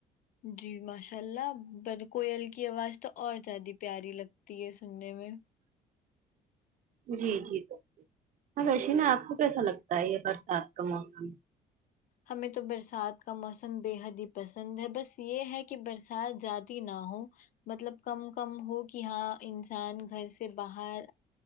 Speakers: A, on the left; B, on the right.
A: جی ماشااللہ پر کویل کی آواز تو اور زیادہ پیاری لگتی ہے سوننے میں
B: جی جی ہاں ویش نا آپ کو کیسا لگتا ہے یہ برسات کا موسم
A: ہمیں تو برسات کا موسم بے حد ہی پسند ہے بس یہ ہے کہ برسات زیادہ نہ ہو مطلب کم کم ہو کہ ہاں انسان گھر سے باہر